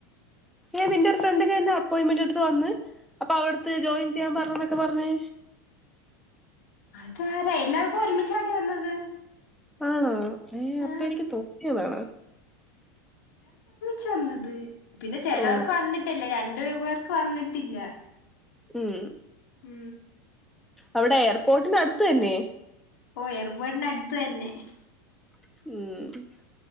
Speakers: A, in the centre; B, on the left.
A: ഏ നിന്റെ ഒരു ഫ്രണ്ടിിന എന്നെ അപ്പോയിന്റ്മെന്റ് ഇട്ടിട്ട് വന്ന് അപ്പൊ അവിടുത്ത് ജോയിൻ ചെയ്യാൻ പറഞ്ഞന്നൊക്കെ പറഞ്ഞേ
B: അത ആരാ എല്ലാർക്കും ഒരുമിച്ചാടി വന്നത്
A: ആണോ ഏ അപ്പൊ
B: ആ
A: എനിക്ക് തോന്നിയതാണ്
B: ചെന്നത് പിന്നെ ചെലോർക്ക്
A: ഓ
B: വന്നിട്ടല്ലേ രണ്ട് ട് പേർക്ക് വന്നിട്ടില്ല
A: ഉം
B: ഉം
A: അവിടെ എയർപോർട്ടിനട്ത്ത് തല്ലെ
B: ഓ ഏർപോട്ടിന് അടുത്ത് തന്നെ
A: ഉം